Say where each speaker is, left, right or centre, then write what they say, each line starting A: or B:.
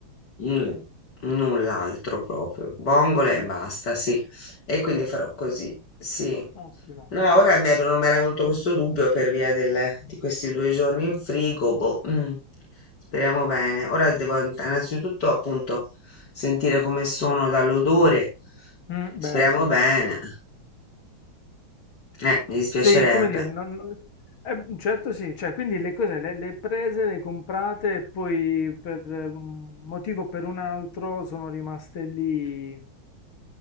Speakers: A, on the left; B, on the left.
A: Mm, null'altro proprio, vongole e basta, sì. E quindi farò così, sì.
B: Ottimo.
A: No, ora mi è venu- mi era venuto questo dubbio per via del- di questi due giorni in frigo, boh, mm, speriamo bene. Ora devo an- innanzitutto appunto sentire come sono dall'odore,
B: Mm,
A: speriamo
B: beh, sì.
A: bene. Eh, mi dispiacerebbe.
B: Sì, come dire, non- eh, certo sì, cioè, quindi le cose le, le prese, le comprate e poi per eh, un motivo o per un altro sono rimaste lì.